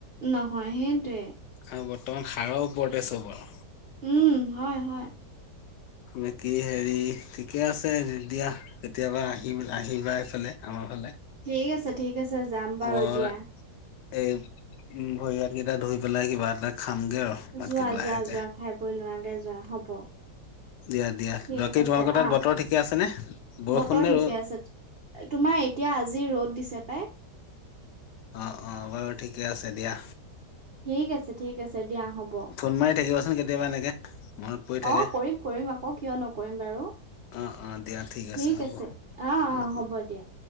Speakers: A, on the right; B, on the left.
A: নহয় সেইটোৱে।
B: আৰু বৰ্তমান সাৰৰ ওপৰতে চব আৰু
A: উম, হয়, হয়।
B: বাকী হেৰি ঠিকে আছে দি কেতিয়াবা আহি আহিবা এইফালে আমাৰ ফালে।
A: ঠিক আছে, ঠিক আছে যাম বাৰু
B: মই
A: দিয়া।
B: এই উম ভৰিয়াত কেইটা ধুই পেলাই কিবা এটা খামগে আৰু ভাতকেইটা
A: যোৱা
B: লাহেকে
A: যোৱা যোৱা খাই বৈ লোৱাগে যোৱা হ'ব
B: দিয়া দিয়া
A: ঠিক
B: বাকী
A: আছে,
B: তোমালোকৰ তাত
A: আহ,
B: বতৰ ঠিকে আছেনে বৰষুণ
A: বতৰ
B: নে
A: ঠিকে
B: ৰ'দ
A: আছে। তোমাৰ এতিয়া আজি ৰ'দ দিছে পাই
B: অ', অ', বাৰু ঠিকে আছে দিয়া
A: ঠিক আছে ঠিক আছে দিয়া হ'ব
B: ফোন মাৰি থাকিবাচোন কেতিয়াবা এনেকে মনত পৰি থাকে।
A: অ কৰিম কৰিম আকৌ কিয় নকৰিম বাৰু
B: অ', অ', দিয়া
A: ঠিক
B: হ'ব।
A: আছে আহ
B: উম।
A: অ হ'ব দিয়া